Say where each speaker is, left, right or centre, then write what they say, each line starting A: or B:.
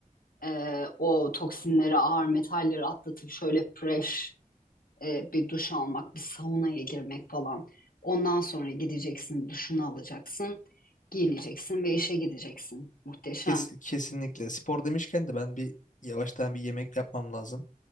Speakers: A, on the left; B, on the left.
A: e, o toksinleri, ağır metalleri atlatıp şöyle fresh e, bir duş almak, bir saunaya girmek falan. Ondan sonra gideceksin, duşunu alacaksın, giyineceksin ve işe gideceksin. Muhteşem.
B: Kes- kesinlikle. Spor demişken de ben bir yavaştan bir yemek yapmam lazım.